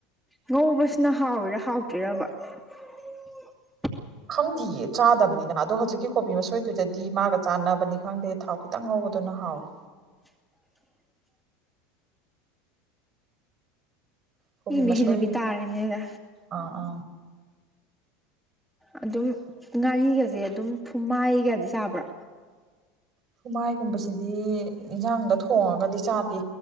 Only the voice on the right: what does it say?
ꯈꯪꯗꯤꯌꯦ ꯆꯥꯗꯕꯅꯤꯅ ꯑꯗꯣ ꯍꯧꯖꯤꯛꯀꯤ ꯀꯣꯕꯤ ꯃꯁꯣꯏꯗꯨꯗꯗꯤ ꯃꯥꯒ ꯆꯥꯟꯅꯕꯅꯤ ꯈꯪꯗꯦ ꯊꯥꯎ ꯈꯤꯇꯪ ꯉꯧ ꯕꯗꯨꯅ ꯍꯥꯎꯑꯦ
ꯀꯣꯕꯤ
ꯃꯁꯣꯏ
ꯑꯥ ꯑ
ꯐꯨꯃꯥꯏꯒꯨꯝꯕꯁꯤꯗꯤ ꯌꯦꯟꯁꯥꯡꯗ ꯊꯣꯡꯉꯥꯒꯗꯤ ꯆꯥꯗꯦ